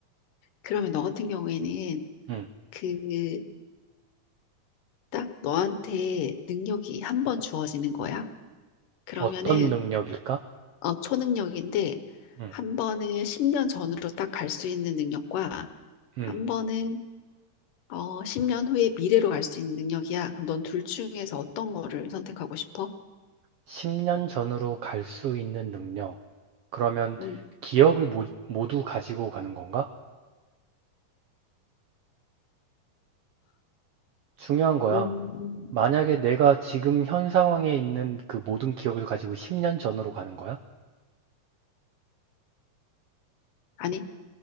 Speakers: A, on the left; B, on the right.
A: 그러면 너 같은 경우에는
B: 음,
A: 그 딱 너한테 능력이 한 번 주어지는 거야. 그러면은
B: 어떤 능력일까?
A: 어, 초능력인데
B: 음,
A: 한 번은 10년 전으로 딱 갈 수 있는 능력과
B: 음,
A: 한 번은 어, 10년 후에 미래로 갈 수 있는 능력이야. 그럼 넌 둘 중에서 어떤 거를 선택하고 싶어?
B: 10년 전으로 갈 수 있는 능력. 그러면
A: 음,
B: 기억을 모, 모두 가지고 가는 건가? 중요한 거야.
A: 음,
B: 만약에 내가 지금 현 상황에 있는 그 모든 기억을 가지고 10년 전으로 가는 거야?
A: 아니,